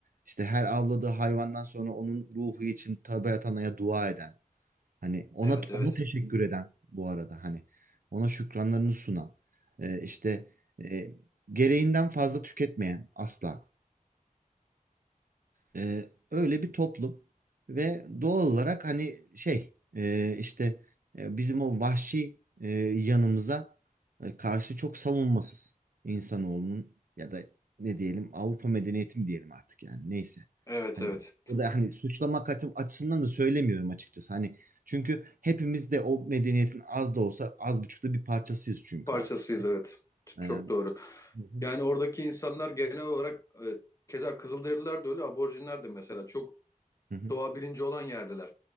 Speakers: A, on the right (about 85°); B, on the left (about 25°).
A: işte her avladığı hayvandan sonra onun ruhu için Tabiat Ana'ya dua eden Hani ona
B: Evet evet.
A: ona teşekkür eden bu arada hani ona şükranlarını sunan e, işte e, gereğinden fazla tüketmeyen asla. Ee, öyle bir toplum ve doğal olarak hani şey e, işte e, bizim o vahşi e, yanımıza e, karşı çok savunmasız insanoğlunun ya da ne diyelim Avrupa medeniyeti mi diyelim artık yani neyse.
B: Evet
A: Hani
B: evet.
A: burada hani suçlamak açı- açısından da söylemiyorum açıkçası. Hani çünkü hepimiz de o medeniyetin az da olsa az buçuk da bir parçasıyız çünkü
B: Parçasıyız
A: artık.
B: evet. Ç-
A: Ee,
B: Çok
A: hı
B: doğru.
A: hı,
B: Yani oradaki insanlar genel olarak e, keza Kızılderililer de öyle, aborjinler de mesela çok
A: hı hı,
B: doğa bilinci olan yerdeler.